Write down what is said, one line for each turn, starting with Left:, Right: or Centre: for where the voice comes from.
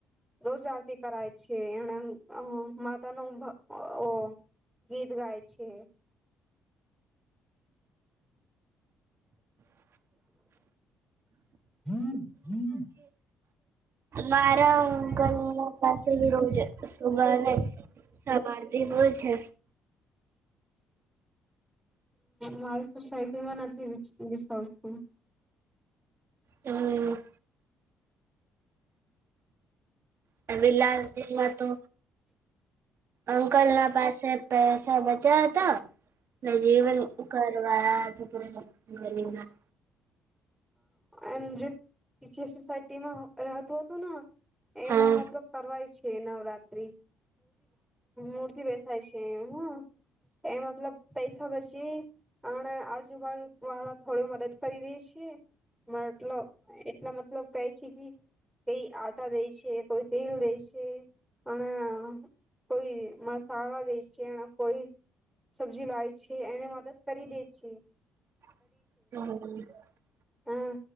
Centre: રોજ આરતી કરાય છે એને અ માતાનો મ અ ઓ ગીત ગાય છે હમ હમ <inaudible>
Right: મારા અંકલના
Centre: મારા
Right: પાસે વિ રોજ સુને સવા <unintelligible> એ હોય છે
Centre: મારી સોસાયટીમાં નથી વિસવતું
Right: હમ પેલી લાલ તો અંકલના પાસે પૈસા બચા હતા નાજીવન કરવાવાયા <inaudible>
Centre: એમ જે સોસાયટીમાં રહેતું હતું ને એમાં
Right: હા
Centre: મતલબ ફરવાય છે નવરાત્રી મૂતિ બેસાાય છે એમાં એ મતલબ પૈસા બચી અને આજુબાજુ વાળા થોડ મદદ કરી દઈશ કેી મારટલોટ એટલા મતલબ કહે છે કે કઈ આટા દે છે કોઈ તેલ દે છે અને કોઈ મસાલા દે છે અને કોઈ સબ્જી લાવે છે એને મદદ કરી દે છે
Right: હમ
Centre: હમ